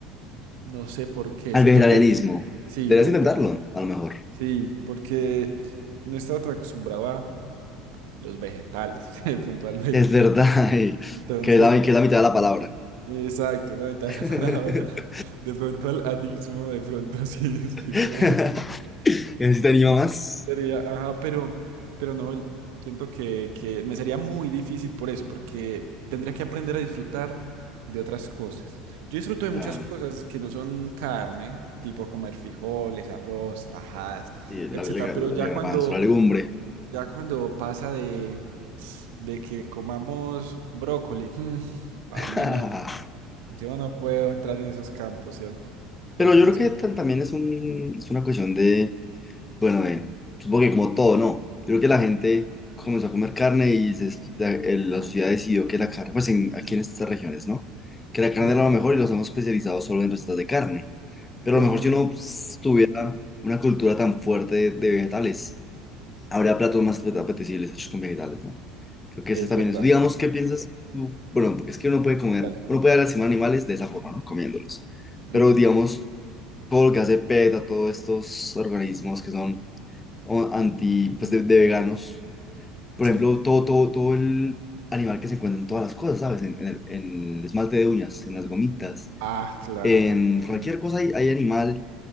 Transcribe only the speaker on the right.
No sé por qué.
Siento
que sí,
volver.
a-
Sí, porque no estaba tan acostumbrado a... los vegetales, <laughs> puntualmente.
Entonces,
exacto, la mitad
de la <laughs> palabra. De pronto al anismo, de pronto <laughs> sí, sí me
sería, ajá, pero, pero no, el- siento que, que me sería muy difícil por eso, porque tendría que aprender a disfrutar de otras cosas. Yo disfruto de
muchas cosas que no son carne, tipo comer frijoles, arroz, tajadas,
etcétera,
pero ya
cuando
Ya cuando pasa de, de que comamos brócoli, para
mí no, yo no puedo entrar en esos campos, ¿cierto? Es com-
Me
es
complicado.
Sí.
Ojo.
Es
verdad,
dale.
Ujú,
Sí.
Ah, claro.